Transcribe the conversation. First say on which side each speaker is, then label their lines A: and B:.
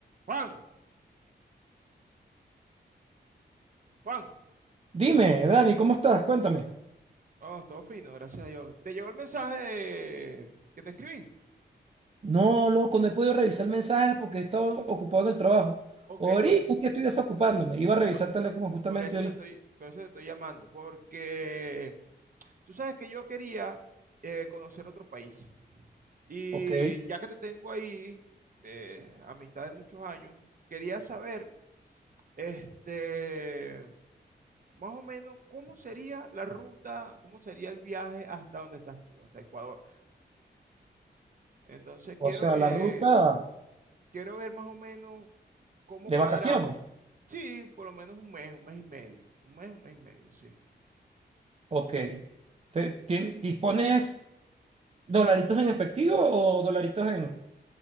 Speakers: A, on the right (about 50°); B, on the right (about 35°).
A: Juan, Juan.
B: Dime, Dani, ¿cómo estás? Cuéntame.
A: Oh, todo fino, gracias a Dios. ¿Te llegó el mensaje que te escribí?
B: No, loco, no he podido revisar mensajes porque he estado ocupado en el trabajo.
A: Ok,
B: Ahorita
A: por eso,
B: es que estoy desocupándome. Iba a revisar
A: por,
B: el teléfono justamente
A: por eso
B: ahorita.
A: te estoy, por eso te estoy llamando, porque tú sabes que yo quería eh, conocer otro país. Y
B: Ok.
A: ya que te tengo ahí, eh, amistad de muchos años, quería saber, este, más o menos, cómo sería la ruta, cómo sería el viaje hasta donde estás tú, hasta Ecuador. Entonces
B: O
A: quiero
B: sea,
A: que
B: la ruta
A: Quiero ver más o menos cómo
B: de
A: cuadramos.
B: vacaciones.
A: Sí, por lo menos un mes, un mes y medio. Un mes, un mes y medio, sí.
B: Ok. Te- tien- ¿Dispones dolaritos en efectivo o dolaritos en,